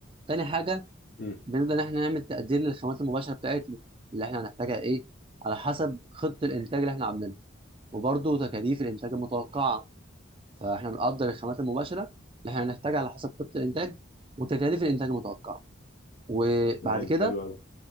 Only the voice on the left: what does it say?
مم.
تمام
حلو أوي